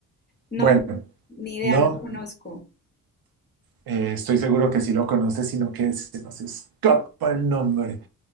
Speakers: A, on the left; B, on the right.
A: No,
B: Bueno,
A: ni idea,
B: no.
A: no lo conozco.
B: Eh, estoy seguro que sí lo conoces, sino que se nos escapa el nombre.